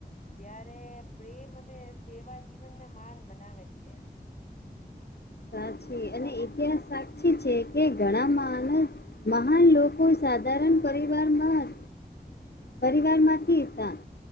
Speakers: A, on the left; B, on the left.
A: જયારે પ્રેમ અને સેવા જીવન ને માન બનાવે છે
B: સાચી
A: તો
B: અને ઈતિહાસ સાક્ષી છે કે ઘણામાંને મહાન લોકો સાધારણ પરિવારમાં પરિવારમાં થી તા